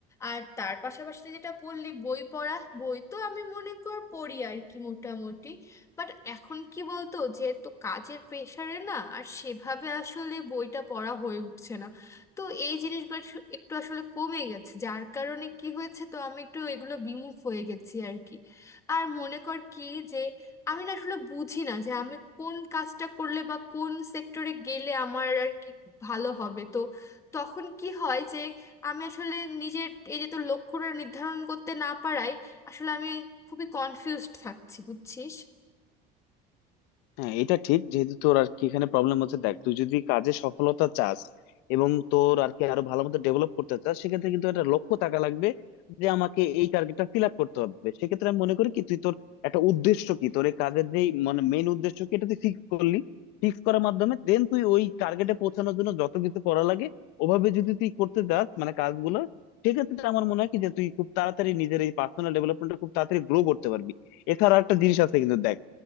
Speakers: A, on the left; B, on the left.
A: আর তার পাশাপাশি তুই যেটা বললি বই পড়া বই তো আমি মনে কর পড়ি আর কি মোটামুটি বাট এখন কি বলতো যেহেতু কাজের প্রেশারে না আর সেভাবে আসলে বইটা পড়া হয়ে উঠছে না তো এই জিনিসগুলো একটু একটু আসলে কমে গেছে যার কারণে কি হয়েছে তো আমি একটু এগুলো বিমুখ হয়ে গেছি আর কি আর মনে কর কি যে আমি না আসলে বুঝি না যে আমি কোন কাজটা করলে বা কোন সেক্টরে গেলে আমার আর কি ভালো হবে তো তখন কি হয় যে আমি আসলে নিজের এই যে তো লক্ষ্যটা নির্ধারণ করতে না পারায় আসলে আমি খুবই কনফিউজড থাকছি বুঝছিস
B: হ্যাঁ এটা ঠিক যেহেতু তোর আর কি এখানে প্রবলেম হচ্ছে দেখ তুই যদি কাজে সফলতা চাস এবং তোর আর কি আরো ভালো মতো ডেভেলপ করতে চাস সেক্ষেত্রে কিন্তু একটা লক্ষ্য থাকা লাগবে যে আমাকে এই টার্গেটটা ফিল আপ করতে হবে সেক্ষেত্রে আমি মনে করি কি তুই তোর একটা উদ্দেশ্য কি তোর এই কাজের যে মানে মেইন উদ্দেশ্য কি এটা তুই ফিক্স করলি ফিক্স করার মাধ্যমে দেন তুই ওই টার্গেটে পৌঁছানোর জন্য যত কিছু করা লাগে ওভাবে যদি তুই করতে চাস মানে কাজগুলো সেক্ষেত্রে আমার মনে হয় কি যে তুই খুব তাড়াতাড়ি নিজের এই পার্সোনাল ডেভেলপমেন্টটা খুব তাড়াতাড়ি গ্রো করতে পারবি এছাড়া একটা জিনিস আছে কিন্তু দেখ